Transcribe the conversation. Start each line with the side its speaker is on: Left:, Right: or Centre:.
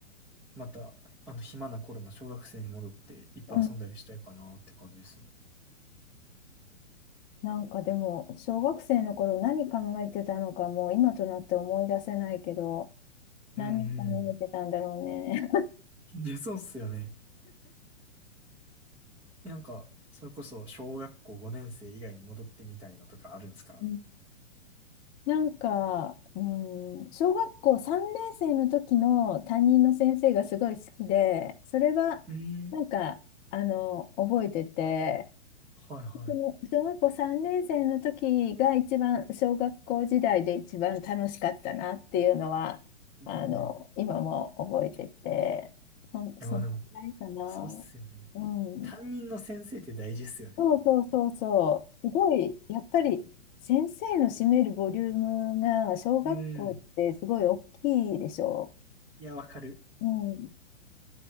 Centre: またあの暇な頃の小学生に戻っていっぱい遊んだりしたいかなって感じですね。
Left: うんなんかでも小学生の頃何考えてたのかもう今となって思い出せないけど
Centre: うんうん。
Left: 何考えてたんだろうね。
Centre: いやそうっすよね。えなんか、それこそ小学校5年生以外に戻ってみたいのとかあるんですか
Left: <laughs> うんなんか、うん、小学校3年生の時の担任の先生がすごい好きで、それはなんか、
Centre: えん
Left: あの、覚えてて、
Centre: はいは
Left: その小学校3年生の時が一番、小学校時代で一番楽しかったなっていうのは、
Centre: い。
Left: あの、
Centre: えんい
Left: 今も覚えてて、そ、
Centre: や、
Left: そのくらいかな。
Centre: まあでも、そうっすよね。
Left: うん。
Centre: 担任の先生って大事っすよね。
Left: そうそうそうそう。すごい、やっぱり先生の占めるボリュームが小学校ってすごい大きいでしょ
Centre: うん。いや、わかる。
Left: う。うん。